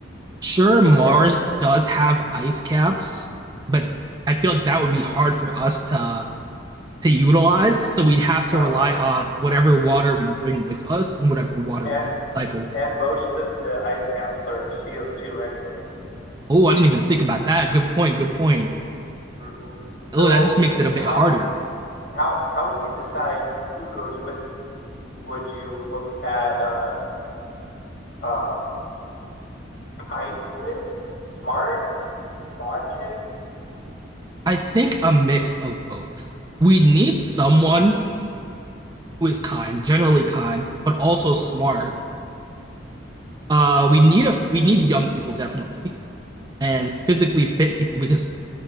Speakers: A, on the right (about 20°); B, on the left (about 60°).
A: sure, Mars
B: Okay.
A: does have ice caps, but I feel like that would be hard for us to to utilize. So we'd have to
B: Uh-huh.
A: rely on whatever water we bring with us and whatever water
B: And
A: we can recycle
B: and most of the ice caps are CO2 anyways.
A: Oh, I didn't even think about that. Good point. Good point.
B: hmm So
A: Oh, that just makes it a bit
B: how
A: harder.
B: how how would you decide who goes with you? would you look at uh, um, kindness, smarts, logic?
A: I think a mix of both. We need someone who is kind, generally kind, but also smart. Uh, we need a we need young people definitely and
B: <laughs>
A: physically fit people because